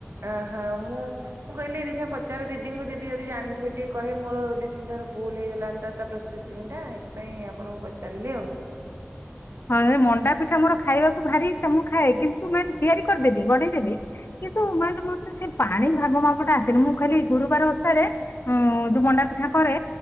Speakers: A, on the right (about 65°); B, on the left (about 55°).
A: ଅହ ମୁଁ ମୁଁ କହିଲି ଦେଖିବା ପଚାରେ ଦିଦିଙ୍କୁ ଦିଦି ଯଦି ଜାଣିଥିବେ ଟିକେ କହିବେ ମୋର ଦି କିନ୍ତୁ ତାର ଭୁଲ ହେଇଗଲା ଏମ ତ ତା ପ୍ରୋସେସିଂ ଟା ଏଥିପାଇଁ ଆପଣଙ୍କୁ ପଚାରିଲି ଆଉ।
B: ହଁ ରେ ମଣ୍ଡା ପିଠା ମୋର ଖାଇବାକୁ ଭାରି ଇଚ୍ଛା ମୁଁ ଖାଏ କିନ୍ତୁ ମେନ ତିଆରି କରିଦେବି ଗଡେଇ ଦେବି କିନ୍ତୁ ମେନ ମତେ ସେ ପାଣି ଭାଗ ମାପଟା ଆସିନି ମୁଁ ଖାଲି ଗୁରୁବାର ଓଷାରେ ହଁ ଯୋଉ ମଣ୍ଡା ପିଠା କରେ